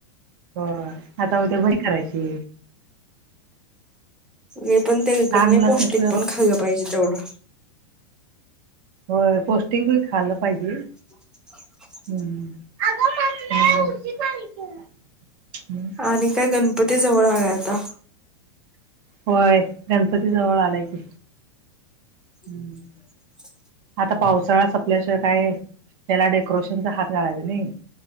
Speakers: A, on the right; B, in the centre.
A: होय आता उद्या भजी करायची.
B: ये पन तेलकट
A: लहान
B: नही
A: मुलासनी
B: पौष्टिक
A: कसं
B: पण
A: रोज
B: खाल्लं पाहिजे तेवढं.
A: होय पोस्टिकं बी खाल्लं पाहिजे.
B: <inaudible>
A: <unintelligible>
B: आणि काय गणपती जवळ आले आता.
A: होय गणपती जवळ आलाय की. हम्म
B: <inaudible>
A: आता पावसाळा सपल्याशिवाय काय त्याला डेकोरेशनचा हात घालायचा नही.